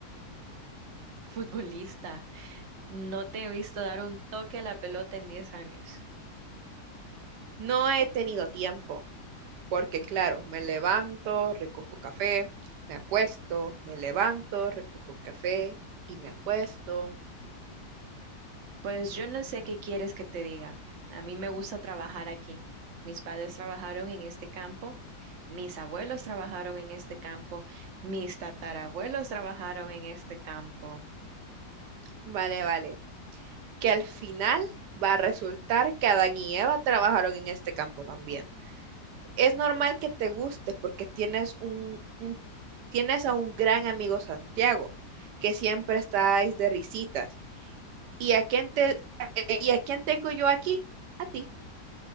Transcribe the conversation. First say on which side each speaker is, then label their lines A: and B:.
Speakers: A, on the right; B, on the right.
A: <laughs> futbolista. No te he visto dar un toque a la pelota en 10 años.
B: No he tenido tiempo, porque claro, me levanto, recojo café, me acuesto, me levanto, recojo café y me acuesto.
A: Pues yo no sé qué quieres que te diga. A mí me gusta trabajar aquí. Mis padres trabajaron en este campo, mis abuelos trabajaron en este campo, mis tatarabuelos trabajaron en este campo.
B: Vale, vale. Que al final va a resultar que Adán y Eva trabajaron en este campo también. Es normal que te guste porque tienes un, un- tienes a un gran amigo Santiago, que siempre estáis de risitas. ¿Y a quién te, y a quién tengo yo aquí? A ti.